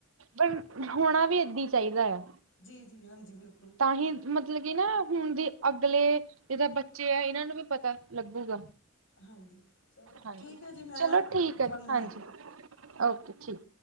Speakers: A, on the right; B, on the left.
A: ਪਰ ਹੋਨਾ ਵੀ ਏਦਾ ਈ ਚਾਈਦਾ ਆ।
B: ਜੀ-ਜੀ ਹਾਂਜੀ ਬਿਲਕੁਲ।
A: ਤਾਂਹੀ ਮਤਲਬ ਕੀ ਨਾ ਹੁਨ ਦੇ ਅਗਲੇ ਏ ਤਾਂ ਬੱਚੇ ਆ ਏਨਾਂ ਨੂੰ ਵੀ ਪਤਾ ਲੱਗੂਗਾ।
B: ਹਾਂਜੀ ਚਲੋ
A: ਹਾਂਜੀ,
B: ਠੀਕ ਹੈ ਜੀ ਮੈਂ
A: ਚਲੋ ਠੀਕ ਆ
B: ਤੁਹਾਨੂੰ
A: ਜੀ ਹਾਂਜੀ। ਓਕੇ ਠੀਕ।